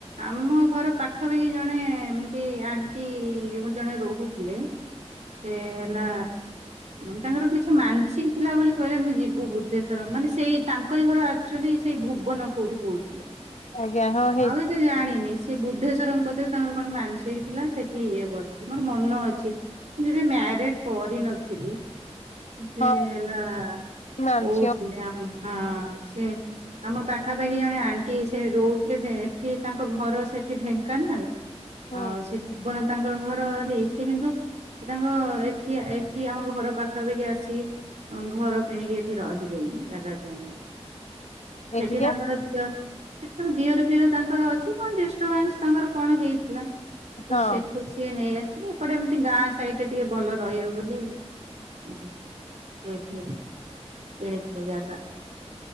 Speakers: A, on the right; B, on the left.
A: ଆମ ଘର ପାଖପାଖି ଜଣେ ଏମତି ଆଣ୍ଟି ଜଣେ ରହୁଥିଲେ। ସେ ହେଲା ତାଙ୍କର କିଛି ମାନସିକ ଥିଲା ବୋଲି କହିଲେ ଆମେ ଯିବୁ ବୁଦ୍ଧେଶ୍ଵର। ମାନେ ସେଇ ତାଙ୍କରି ଘର ଆକ୍ଟୁଆଲି ସେଇ‌ ଭୁବ ଭୁବନ କୋଉଠି କହୁଥିଲେ।
B: ଆଜ୍ଞା ହଁ
A: ମୁଁ
B: ହେଇ
A: ଆଉ ଏତେ ଜାଣିନି। ସେ ବୁଦ୍ଧେଶ୍ୱରଙ୍କ କତିରେ ତାଙ୍କର କଣ ମାନସିକ ଥିଲା ସେଠି ଇଏ କରିଥିଲେ। ମୋର ମନ ଅଛି। ଯେବେ ମ୍ୟାରେଜ କରିନଥିଲି। ଯେ
B: ହଁ
A: ହେଲା
B: ମାଂସିକ
A: କହୁଥିଲେ ଆମ ହଁ ସେ ଆମ ପାଖାପାଖି ଜଣେ ଆଣ୍ଟି ସେ ରହୁଥିଲେ ଢେ ଏଠି ତାଙ୍କ ଘର ସେଠି ଢେଙ୍କାନାଳ।
B: ହଁ
A: ଆଉ ସେ ଭୁବନ ତାଙ୍କ ଘର। ସେଇ ସେବି କିନ୍ତୁ ତାଙ୍କ ଏଠି ଏଠି ଆମ ଘର ପା ପାଖପାଖି ଆସିକି ଘର କିଣିକି ଏଠି ରହିବେଣି। ଜାଗା କିଣିକି। ସେଠି
B: ଏଠିକି
A: ତାଙ୍କର ଦିଅ ସେଠି ତାଙ୍କ ଦିଅର ଫିଅର ତାଙ୍କର ଅଛି କଣ ଡିଷ୍ଟର୍ବାନ୍ସ ତାଙ୍କର କଣ ହେଇଥିଲା। ତ
B: ହଁ
A: ସେଠୁ ସିଏ ନେଇଆସିକି ଏପଟେ ଏମିତି ଗାଁ ସାଇଡରେ ଟିକେ ଭଲ ରହିବ ବୋଲି ହଁ ସେଠି କିଣି ଥିଲେ ଜାଗା।